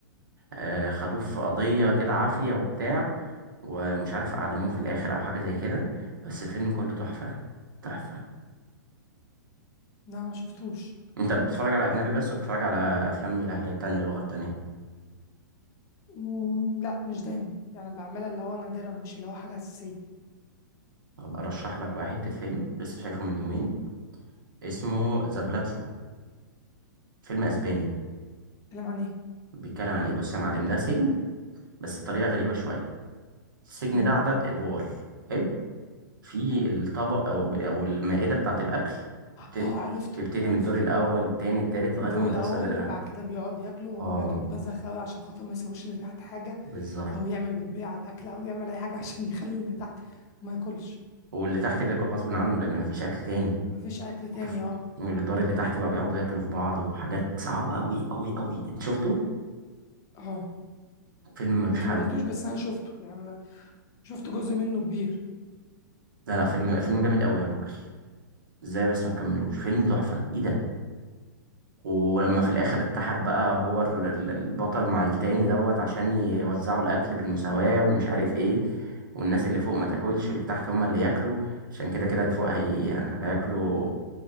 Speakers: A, on the right; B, on the left.
A: آه خدوه في قضية كده عافية وبتاع ومش عارف أعدموه في الآخر أو حاجة زي كده بس الفيلم كله تحفة تحفة
B: لا ما شفتوش
A: أنت بتتفرج على أجنبي بس ولا بتتفرج على أفلام بلهجات تانية ولغات تانية
B: مم، لا مش دايما يعني بعملها اللي هو نادرا مش اللي هو حاجة أساسية
A: هبقى أرشح لك بقى حتة فيلم لسه شايفه من يومين اسمه ذا بلاتفورم فيلم أسباني
B: اتكلم عن ايه
A: بيتكلم عن إيه بص يا معلم ده سجن بس بطريقة غريبة شوية السجن
B: مم.
A: ده عدد أدوار حلو؟ في
B: حلو
A: الطبق او او المائده بتاعه الاكل بت...
B: اه عرفته
A: بتبتدي
B: عرفته
A: من الدور الاول التاني التالت لغايه
B: الدور
A: ما
B: الأول
A: توصل لل...
B: وبعد كده بيقعدوا ياكلوا وهما
A: اه
B: بياكلوا ببذخ أوي عشان خاطر ما يسيبوش اللي تحت حاجة
A: بالظبط
B: أو يعمل بيبيع على الأكل أو يعمل أي حاجة <laughs> عشان يخلي اللي تحت ما ياكلش
A: واللي تحت بياكل غصب عنه لان مفيش اكل تاني
B: مفيش اكل تاني
A: وف-
B: اه
A: واللي الدور اللي تحت بقى بيقعدوا ياكلوا في بعض وحاجات صعبه قوي قوي قوي انت شفته
B: اه
A: فيلم ملوش
B: ما كملتوش
A: حل
B: بس انا شفته يعني انا شفت جزء منه كبير
A: لا لا فيلم فيلم جامد قوي يا راجل ازاي بس ما تكملوش فيلم تحفه ايه ده ولما في الاخر اتحد بقى هو ال- ال- البطل مع التاني دوت عشان يوزعوا الاكل بالمساواة ومش عارف ايه والناس اللي فوق ما تاكلش واللي تحت هما اللي ياكلوا عشان كده كده اللي فوق هي... هياكلوا